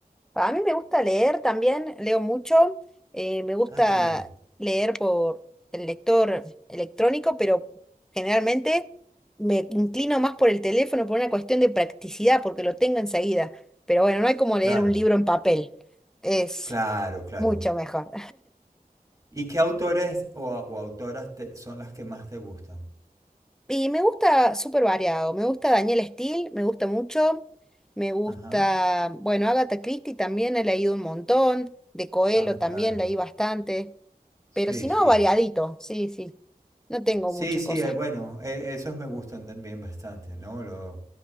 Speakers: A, in the centre; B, on the right.
A: A mí me gusta leer también, leo mucho, eh, me gusta
B: Ah, qué bien.
A: leer por el lector electrónico, pero generalmente me inclino más por el teléfono por una cuestión de practicidad, porque lo tengo enseguida. Pero bueno, no hay como leer
B: Claro,
A: un libro en papel, es
B: claro, claro.
A: mucho mejor.
B: ¿Y qué autores o, o autoras te- son las que más te gustan?
A: Y me gusta súper variado, me gusta Daniel Steele, me gusta mucho, me gusta,
B: Ajá.
A: bueno, Agatha Christie también he leído un montón, de Coelho
B: Ah,
A: también
B: claro.
A: leí bastante.
B: Sí,
A: Pero si
B: sí.
A: no, variadito, sí, sí. No tengo
B: Sí,
A: muchas
B: sí,
A: cosas.
B: eh, bueno, e- esos me gustan también bastante, ¿no? Lo,